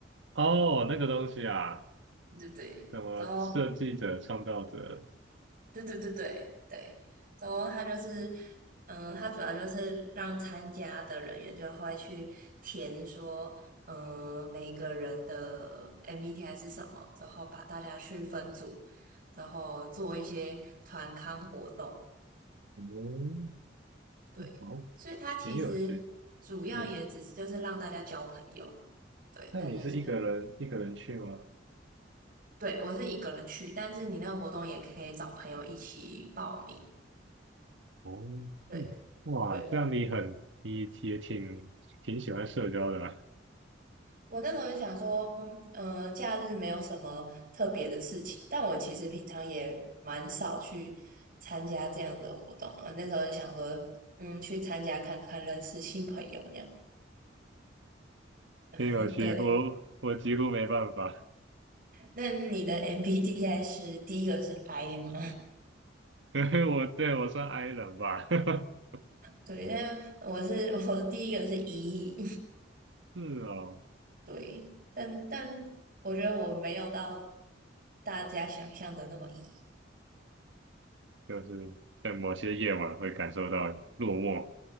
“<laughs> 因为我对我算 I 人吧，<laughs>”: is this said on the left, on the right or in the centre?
Right